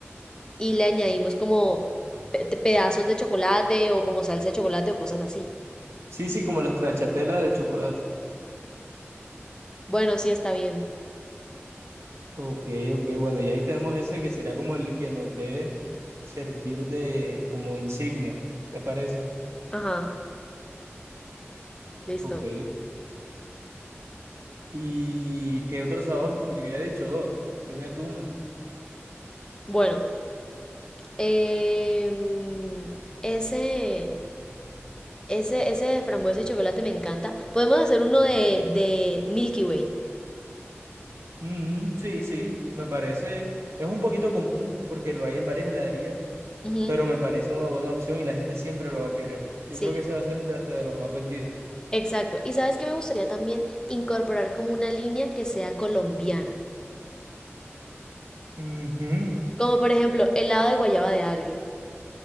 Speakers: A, on the left; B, on the right.
A: y le añadimos como pe- te- pedazos de chocolate o como salsa de chocolate o cosas así.
B: Sí, sí, como la stracciatella de chocolate.
A: Bueno, sí está bien.
B: Ok, ok, bueno, y ahí tenemos ese que sería como el que nos debe servir de como insignia, ¿te parece?
A: Ajá, listo.
B: Ok. ¿Y qué otro sabor? Porque yo había dicho dos. Dime tú uno.
A: Bueno, em, ese... Ese, ese de frambuesa y chocolate me encanta. Podemos hacer uno de, de Milky Way.
B: Mm, sí, sí, me parece. Es un poquito común porque lo hay en varias heladerías,
A: Ujú,
B: pero me parece una buena opción y la gente siempre lo va a querer. Yo
A: Sí.
B: creo que ese va a ser de- hasta de los más vendidos.
A: Exacto. Y sabes qué me gustaría también incorporar como una línea que sea colombiana.
B: Ujú.
A: Como por ejemplo, helado de guayaba de agria,